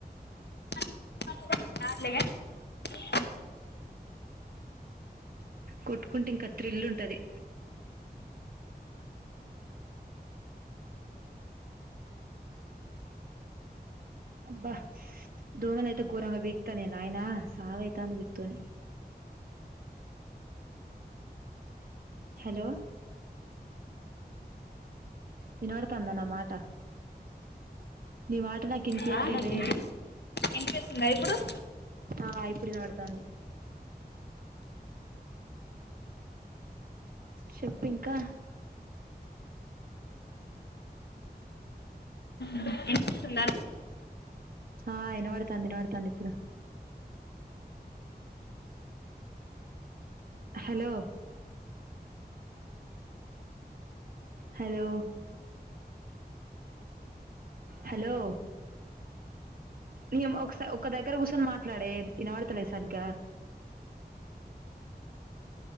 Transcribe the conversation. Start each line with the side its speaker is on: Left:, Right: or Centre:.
Left: <unintelligible>
Right: కొట్టుకుంటే ఇంకా థ్రిల్ ఉంటది అబ్బా దోనలు అయితే ఘోరంగా వీకుతాన్నాయి నాయన సావయితాంది వితోని హలో వినవాడతందా నా మాట నీ మాట నాకు వినిపియట్లేదే
Left: మాటలకు ఇనిపిస్తుందా ఇప్పుడు
Right: ఆ ఇప్పుడు వినబడుతాంది చెప్పు ఇంకా
Left: ఉ వినిపిస్తుందా
Right: ఆ వినపడుతాంది వినబడుతంది ఇప్పుడు హలో హలో హలో నీయమ్మ ఒక సా ఒక దగ్గర కూర్చొని మాట్లాడే వినబడతలే సరిగ్గా